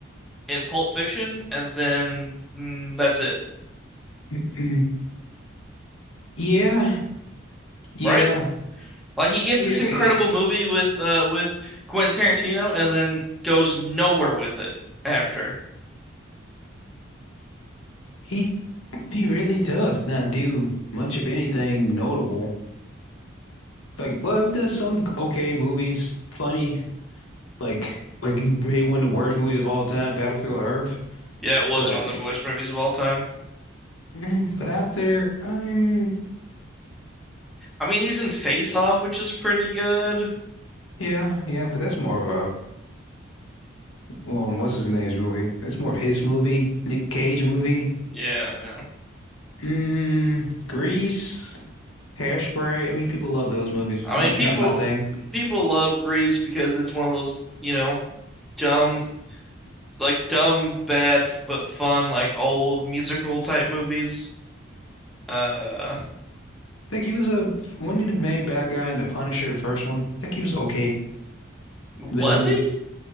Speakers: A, in the centre; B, on the left.
A: in Pulp Fiction, and then mm, that's it,
B: hmm Yeah, yeah,
A: right? Like he gets
B: yeah.
A: this incredible
B: eh,
A: movie with uh with Quentin Tarantino, and then goes nowhere with it after.
B: He he really does not do much of anything notable. It's Like, well, he does some okay movies, funny. Like, like he made one of the worst movies of all time, Battlefield Earth.
A: Yeah, it was
B: But,
A: one of the worst movies of all time.
B: mm, but after, um,
A: I mean, he's in Face Off, which is pretty good.
B: yeah, yeah. But that's more of a, um, what's his name's movie? That's more of his movie, Nick Cage movie.
A: Yeah, yeah.
B: Mm, Grease, Hairspray. I mean, people love those movies.
A: I
B: Not
A: mean, people
B: not my thing.
A: people love Grease because it's one of those, you know, dumb like dumb, bad but fun, like old musical type movies. Uh,
B: think he was a when he the main bad guy in The Punisher, the first one. think he was okay
A: was
B: villain.
A: he?